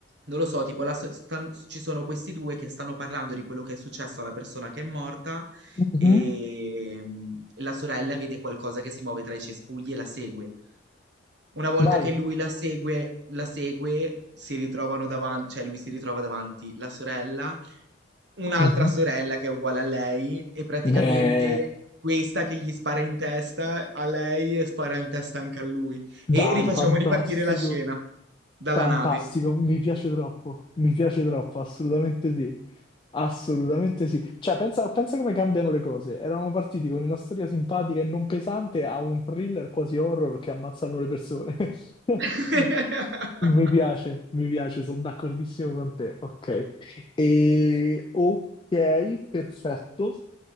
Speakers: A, on the right; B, on the left.
A: non lo so, tipo, la so- stanno- ci sono questi due che stanno parlando di quello che è successo alla persona che è morta
B: Mhm.
A: Ehm, la sorella vede qualcosa che si muove tra i cespugli e la segue. Una volta
B: Dai.
A: che lui la segue, la segue, si ritrovano davanti, cioè lui si ritrova davanti la sorella, un'altra
B: Mhm.
A: sorella che è uguale a lei e praticamente
B: Beh,
A: questa che gli spara in testa a lei e spara in testa anche a lui.
B: dai,
A: E rifacciamo
B: fantastico.
A: ripartire la scena dalla
B: Fantastico,
A: nave.
B: mi piace troppo, mi piace troppo, assolutamente sì, assolutamente sì. Cioè, pensa, pensa come cambiano le cose. Eravamo partiti con una storia simpatica e non pesante a un thriller quasi horror che ammazzano le persone. <laughs>
A: <laughs>
B: Mi piace, mi piace, sono d'accordissimo con te. Ok, e... ok, perfetto.